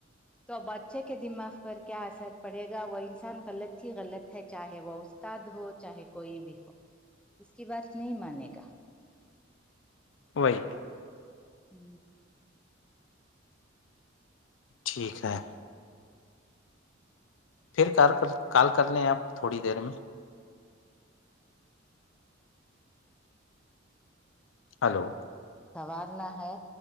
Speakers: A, in the centre; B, on the left.
A: تو بچے کے دماغ پر کیا اثر پڑے گا وہ انسان غلط ہی غلط ہے چاہے وہ استاد ہو چاہے کوئی بھی ہو اس کی بات نہیں مانے گا
B: وہی
A: ہ
B: ٹھیک ہے پھر کار کر کال کر لیں آپ تھوڑی دیر میں ہلو
A: سنوارنا ہے